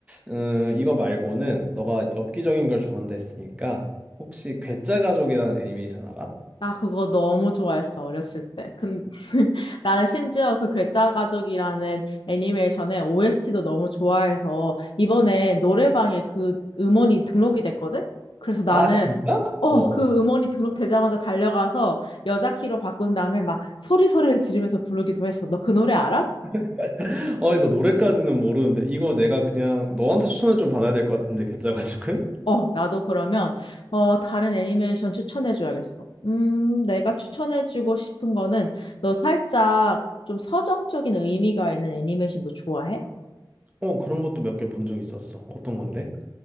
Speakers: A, on the right (about 15°); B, on the left (about 85°).
A: 음, 이거 말고는 너가 엽기적인 걸 좋아한다 했으니까 혹시 괴짜 가족이라는 애니메이션 알아?
B: 나 그거 너무 좋아했어, 어렸을 때. 근 <laughs> 나는 심지어 그 괴짜 가족이라는 애니메이션의 OST도 너무 좋아해서 이번에 노래방에 그 음원이 등록이 됐거든? 그래서 나는
A: 아, 진짜?
B: 어,
A: 어.
B: 그 음원이 등록되자마자 달려가서 여자 키로 바꾼 다음에 막 소리소리를 지르면서 부르기도 했어. 너 그 노래 알아?
A: <laughs> 아니, 나 노래까지는 모르는데 이거 내가 그냥 너한테 추천을 좀 받아야 될 것 같은데 괴짜 가족은?
B: 어, 나도 그러면, 어, 다른 애니메이션 추천해줘야겠어. 음, 내가 추천해주고 싶은 거는, 너 살짝 좀 서정적인 의미가 있는 애니메이션도 좋아해?
A: 어, 그런 것도 몇 개 본 적 있었어. 어떤 건데?